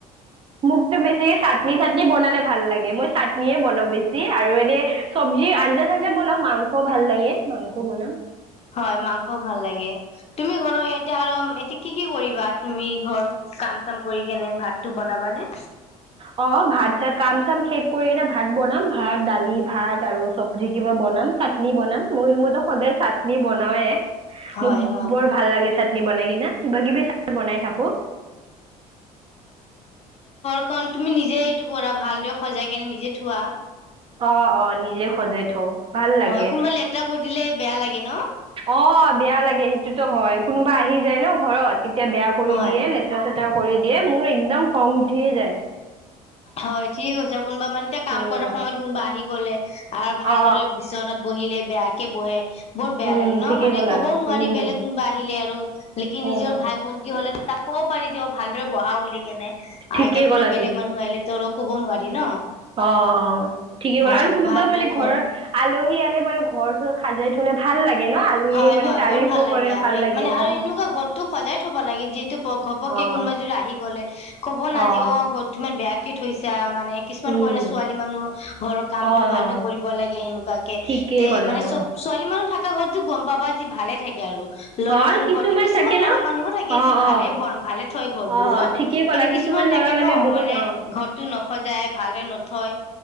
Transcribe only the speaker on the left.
হয় মাংসও ভাল লাগে তুমি ঘৰৰ এটিয়া আৰু এতিয়া কি কি কৰিবা তুমি ঘৰ কাম চাম কৰি কেনে ভাতটো বনাবা নে
হয়
হয়
কাৰণ তুমি নিজে এইটো কৰা ভালদৰে সজাই কিনে নিজে থোৱা
হয় কোনোবা লেতেৰা কৰি দিলে বেয়া লাগে ন
হয়
হয় ঠিকে কৈছে কোনোবা মানে এতিয়া কাম
কৰাৰ সময়ত কোনোবা আহি গ'লে আৰু ভালদৰে
বিচনাত বহিলে বেয়াকে বহে <unintelligible> বৰ বেয়া
লাগে ন
মানে
ক'বও নোৱাৰি
বেলেগ কোনোবা আহিলে আৰু নেকি
নিজৰ ভাই ভন্টি হ'লে তাক ক'ব পাৰি যে ভালদৰে বহা বুলি কেনোই
আইতাক
লৈ বেলেগ মানুহ আহিলে ক'ব নোৱাৰি ন।
হয়
ভালদৰে
ঘৰ
হয়
হয়
বৰ ভাল লাগে
আলহী
মানে আৰু
এনেকুৱা ঘৰতো সজাই থ'ব লাগে যিহেটো ঘপকে
কোনোবাযোৰা আহি গ'লে, ক'ব ন
আজি অঁ ঘৰটো ইমান বেয়া কে থৈছা মানে মানে কিছুমান
কয় ন ছোৱালী মানুহ ঘৰৰ কামতটো
ভালদৰে
কৰিব লাগে সেনেকুৱাকে
তে
মানে
চব ছোৱালী মানুহ থাকে কা ঘৰতটো গম পাবা যি ভালে থাকে আৰু ল'ৰা
মানুহ ঘৰতে কিছুমান
ল'ৰা
মানুহো থাকে
যি ভালে
ভালে থয় ঘৰবোৰো,
কিন্তু কিছুমান
থাকে ন
মানে
ঘৰটো ন সজায়, ভালদৰে নথয়।